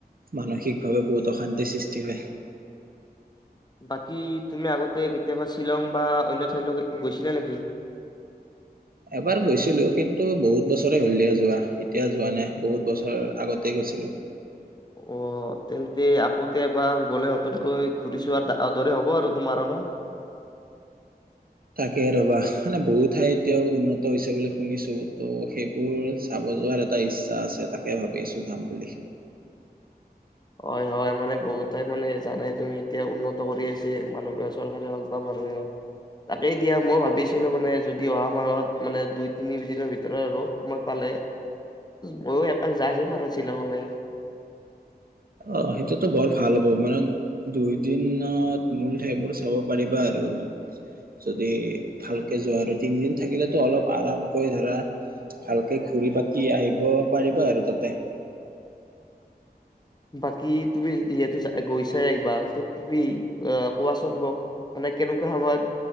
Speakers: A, on the right; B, on the left.
A: মানসিকভাৱে বহুত অশান্তিৰ সৃষ্টি হয়।
B: বাকী তুমি আগতে কেতিয়াবা শ্বিলং বা অন্য ঠাইলৈকে গৈছিলা নেকি?
A: এবাৰ গৈছিলোঁ । কিন্তু বহুত বছৰে হ'ল দিয়া যোৱা । এতিয়া যোৱা নাই । বহুত বছৰ আগতে গৈছিলোঁ ।
B: অ' তেন্তে আকৌতে এবাৰ গ'লে, নতুনকৈ ঘুৰি চোৱাৰ দৰে হ'ব আৰু তোমাৰো ন'?
A: তাকে ৰবা । মানে বহু ঠাই এতিয়াও উন্নত হৈছে বুলি শুনিছোঁ । তো সেইবোৰ চাব যোৱাৰ এটা ইচ্ছা আছে । তাকে ভাবি আছোঁ যাম বুলি।
B: হয় - হয় । মানে বহুত ঠাইত মানে জানাই তুমি, এতিয়া উন্নত কৰি আছে । মানুহ- চৰকাৰে হওঁক বা মানুহে হওঁক । তাকেই দিয়া মই ভাবিছিলোঁ মানে, যদি অহা মাহত মানে দুই তিনি দিনৰ ভিতৰত আৰু, সময় পালে, ময়ো এপাক যাই আহিম আৰু শ্বিলঙলে।
A: অ' সেইটোতো বৰ ভাল হ'ব । মান দুই দিনত মূল ঠাইবোৰ চাব পাৰিবা আৰু । যদি ভালকে যোৱা আৰু। তিনিদিন থাকিলেতো অলপ আৰামকৈ ধৰা, ভালকে ঘুৰি পাকি আহিব পাৰিবা আৰু তাতে।
B: বাকী তুমি যিহেতু গৈছায়ে একবাৰ । তো তুমি অ'- কোৱাচোন মোক । মানে কেনেকুৱা সময়ত